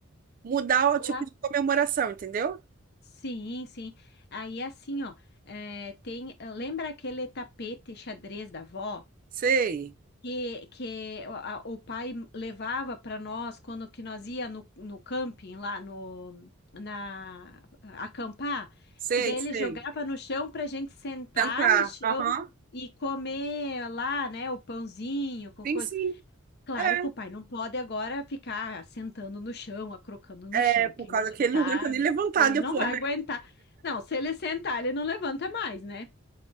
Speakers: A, on the right (about 40°); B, on the left (about 50°).
A: mudar o
B: Lá,
A: tipo de comemoração, entendeu?
B: sim, sim. Aí, assim, ó, é, tem. Lembra aquele tapete xadrez da avó?
A: Sei,
B: que, que a- o pai levava para nós quando que nós ia no, no camping lá no na acampar,
A: sei,
B: que daí
A: sei.
B: ele jogava no chão para a gente sentar
A: Tentar.
B: no chão
A: Aham.
B: e comer lá, né, o pãozinho com
A: Sim,
B: coisa.
A: sim.
B: Claro
A: É.
B: que o pai não pode agora ficar sentando no chão, acrocando no
A: É,
B: chão,
A: por
B: que
A: causa
B: ele já
A: que ele
B: tá,
A: não aguenta nem levantar
B: ele
A: depois,
B: não vai
A: né?
B: aguentar. Não, se ele sentar, ele não levanta mais, né?